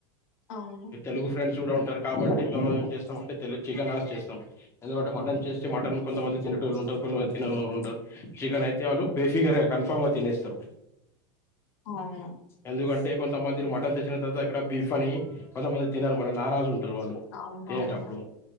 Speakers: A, on the left; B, on the left.
A: అవును
B: తెలుగు ఫ్రెండ్స్ కూడా ఉంటారు కాబట్టి మేముం ఏం చేస్తామంటే తెలి చికెన్ ఆస్ చేస్తాం ఎందుకంటే మటన్ చేస్తే మటన్ కొంతమంది తినేటోళ్లు ఉంటారు కొనువా తిననోళ్లు ఉంటారు చికెన్ అయితే వాళ్ళు బేఫిగర్ గా కన్ఫామ్ గా తినేస్తారు
A: అవును
B: ఎందుకంటే కొంతమంది మటన్ తెచ్చిన తర్వాత ఇక్కడ బీఫ్ అని కొంతమంది తినరు మన నారాజులు తాలు వాళ్ళు
A: అవునవును
B: తినేటప్పుడు